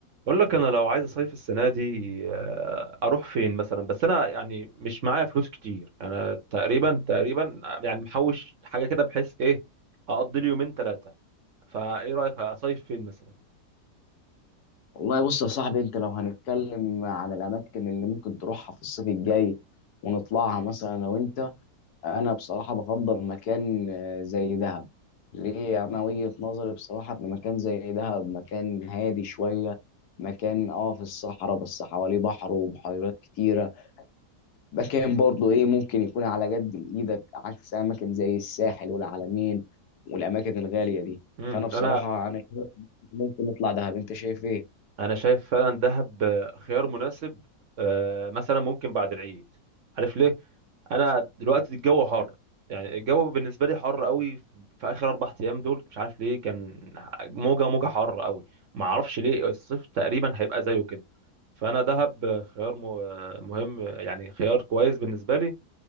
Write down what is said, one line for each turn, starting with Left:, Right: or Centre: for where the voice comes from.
Right: بقول لك انا لو عايز اصيف السنه دي آه، اروح فين مثلا بس انا يعني مش معايا فلوس كتير انا تقريبا تقريبا يعني محوش حاجه كده بحيث ايه اقضي لي يومين ثلاثه فايه رايك اصيف فين مثلا
Left: والله بص يا صاحبي انت لو هنتكلم عن الاماكن اللي ممكن تروحها في الصيف الجاي ونطلعها مثلا لو انت انا بصراحه بفضل مكان آه، زي دهب ليه انا وجهه نظري بصراحه ان مكان زي دهب مكان هادي شويه مكان اه في الصحراء بس حواليه بحر وبحيرات كتيره مكان برضه ايه ممكن يكون على قد ايدك عكس اماكن زي الساحل والعلمين والاماكن الغاليه دي
Right: امم
Left: فانا بصراحه
Right: انا
Left: انا شايف ممكن نطلع دهب انت شايف ايه
Right: انا شايف فعلا دهب آه، خيار مناسب آه، مثلا ممكن بعد العيد عارف ليه انا دلوقتي الجو حر يعني الجو بالنسبه لي حر قوي في اخر اربع ايام دول مش عارف ليه كان موجه موجه حر قوي ما اعرفش ليه الصيف تقريبا هيبقى زيه كده فانا دهب آه، خيار م- آه، مهم آه، يعني خيار كويس بالنسبه لي